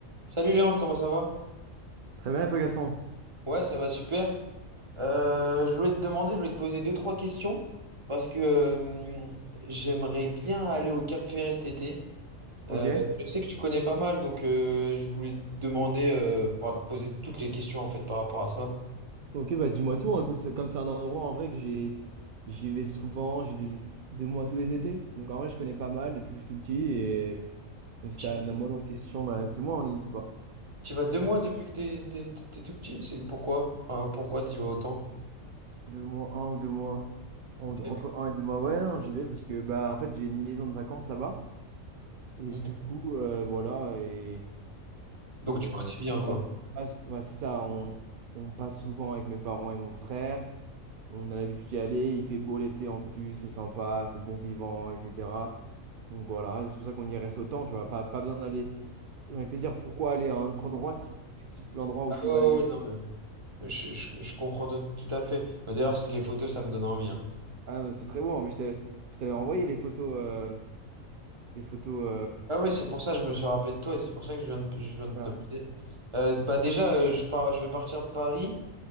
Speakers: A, on the right (about 25°); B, on the right (about 65°).
A: Salut Léandre, comment ça va?
B: Très bien, et toi, Gaston?
A: Ouais, ça va super. Euh, je voulais te demander, je voulais te poser deux, trois questions parce que euh, j'aimerais bien aller au Cap Ferret cet été.
B: Ok.
A: Euh, je sais que tu connais pas mal, donc euh, je voulais te demander, euh, enfin, te poser toutes les questions en fait par rapport à ça.
B: Ok, bah dis-moi tout, hein. Écoute, c'est- comme c'est un endroit en vrai que j'ai, j'y vais souvent, j'y vais deux mois tous les étés. Donc en vrai, je connais pas mal depuis que je suis tout petit. Et donc si
A: Tu,
B: t'as la moindre question, bah dis-moi, on n'hésite pas.
A: tu vas deux mois depuis que t'es, t'es- t'es tout petit, c'est pourquoi? Enfin, pourquoi tu y vas autant?
B: Deux mois, un ou deux mois. En-
A: Ok.
B: Entre un et deux mois, ouais, non, j'y vais parce que, bah, en fait, j'ai une maison de vacances là-bas. Et
A: Mm.
B: du coup, euh, voilà, et Et
A: Donc tu connais
B: euh,
A: bien quoi.
B: on passe- on passe- ouais, c'est ça, on, on passe souvent avec mes parents et mon frère. On a l'habitude d'y aller, il fait beau l'été en plus, c'est sympa, c'est bon vivant, etc. Donc voilà, c'est pour ça qu'on y reste autant, tu vois. Pas, pas besoin d'aller. J'ai envie de te dire pourquoi aller à un autre endroit si tu kiffes l'endroit où
A: Ah
B: tu
A: ouais, ouais,
B: vas d'habitude.
A: ouais, non mais je, je- je comprends tout, tout à fait. D'ailleurs, c'est- les photos, ça me donne envie. hein.
B: Ah, mais c'est très beau, hein, mais je t'avais je t'avais envoyé les photos, euh, des photos. euh,
A: Ah ouais, c'est pour ça que je me suis rappelé de toi et c'est pour ça que je viens de, je viens de te
B: ah,
A: demander. Euh, bah déjà, euh, je pars, je vais partir de Paris.